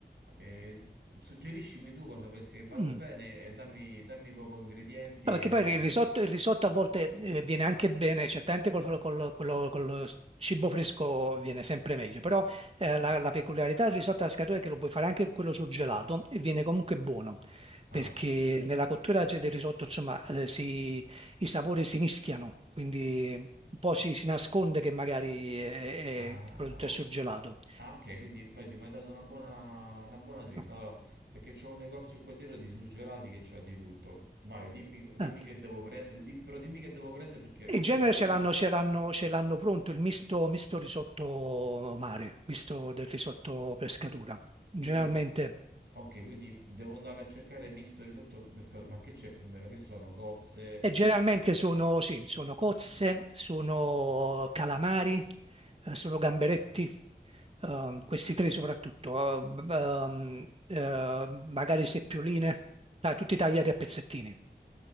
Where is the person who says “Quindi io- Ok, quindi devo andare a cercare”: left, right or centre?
Right